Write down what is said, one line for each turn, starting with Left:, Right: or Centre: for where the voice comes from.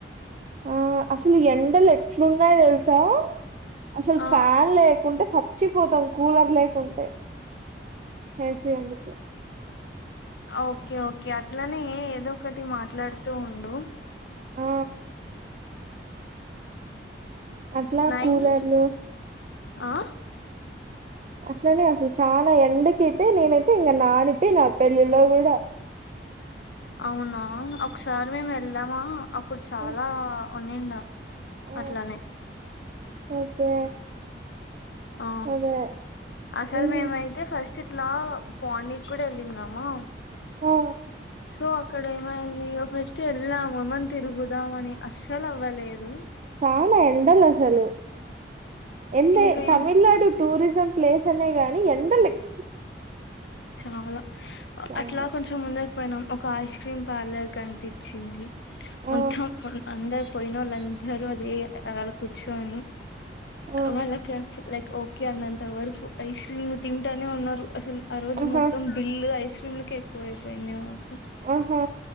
Right: ఆ అసలు ఎండలు ఎట్లున్నాయో తెలుసా అసలు
Left: ఆ
Right: ఫ్యాన్ లేకుంటే సచ్చిపోతాం కూలర్ లేకుంటే ఏసీ ఎందుకు
Left: ఓకే ఓకే అట్లనే ఏదో ఒకటి మాట్లాడుతూ ఉండు
Right: ఆ అట్లా
Left: నైన్
Right: కూలర్లు
Left: ఆ
Right: అట్లనే అసలు చాలా ఎండకైతే నేనైతే ఇంక నానిపి నా పెళ్ళిలో కూడా
Left: అవునా ఒకసారి మేము వెళ్దామా అప్పుడు చాలా
Right: ఆ
Left: ఉనిండా
Right: ఆ
Left: అట్లానే
Right: ఓకే
Left: ఆ
Right: అదే
Left: అసలు
Right: ఉమ్,
Left: మేమయితే అయితే ఫస్ట్ ఇట్లా పాండిక్కుడ ఎళ్ళిన్నామా
Right: ఆ
Left: సో అక్కడ ఏమైంది ఫస్టు ఎళ్ళాము ఏమన్ తిరుగుదామని అస్సలవ్వలేదు
Right: చాలా ఎండలసలు ఎందే
Left: ఇంకేం
Right: తమిళ్నాడు టూరిజం ప్లేస్ సనే గాని ఎండలెక్
Left: చాలా
Right: చాలా
Left: అట్లా కొంచం ముందక్ పోయినాం ఒక ఐస్ క్రీమ్ పార్లర్ కనిపిచ్చింది మొన్
Right: ఆ
Left: త్తమ్ అందర్ పోయినొళ్ళందరూ అదే ఆళ కుర్చోని
Right: ఆ
Left: వాళ్ళక్య ఫు లైక్ ఓకే అన్నంత వరకు ఐస్ క్రీమ్లు తింటానే ఉన్నారు అసల్ ఆ రోజు
Right: ఆహా
Left: మొత్తం బిల్లు ఐస్ క్రీమ్లకే ఎక్కువైపోయింది మాకు
Right: ఆహా